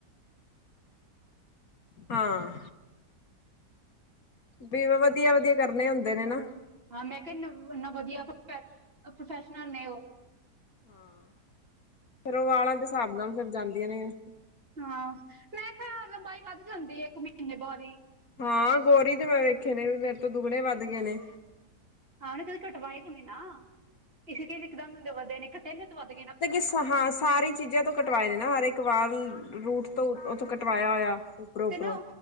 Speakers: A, on the left; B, on the right.
A: ਹਾਂ, ਵੀ ਵਧੀਆ-ਵਧੀਆ ਕਰਨੇ ਹੁੰਦੇ ਨੇ ਨਾ।
B: ਹਾਂ ਮੈਂ ਕਿਹਾ ਇੰਨਾ ਵਧੀਆ ਪ੍ਰੋਫੈਸ਼ਨਲ ਨੇ ਉਹ।
A: ਹਾਂ ਫੇਰ ਉਹ ਵਾਲਾਂ ਦੇ ਹਿਸਾਬ ਨਾਲ ਫਿਰ ਜਾਂਦੀਆਂ ਨਹੀਂ ਏ।
B: ਹਾਂ ਮੈਂ ਕਿਹਾ ਲੰਬਾਈ ਵੱਧ ਜਾਂਦੀ ਹੈ ਇੱਕ ਮਹੀਨੇ ਬਾਅਦ ਹੀ।
A: ਹਾਂ ਗੋਰੀ ਤੇ ਮੈਂ ਵੇਖੇ ਨੇ। ਮੇਰੇ ਤੋਂ ਦੁਗਣੇ ਵੱਧ ਗਏ ਨੇ।
B: ਹਾਂ ਉਹਨੇ ਕਦੀ ਕਟਵਾਏ ਤੇ ਨਹੀ ਨਾ। ਕਿਸੇ ਕੀ ਇੱਕਦਮ ਵਦੇ ਨੇ ਘਟੇ ਨੇ ਤੇ ਵੱਧ ਗਏ ਨੇ।
A: ਸਹਾਂ ਸਾਰੇ। ਚੀਜ਼ਾਂ ਤੋਂ ਕਟਵਾਏ ਨੇ ਨਾ। ਹਰ ਇਕ ਵਾਲ਼ ਰੂਟ ਤੋਂ ਉੱਥੋਂ ਕਟਵਾਇਆ ਹੋਇਆ। ਉੱਪਰੋਂ
B: ਤੇ
A: ਉੱਪਰੋਂ
B: ਨਾ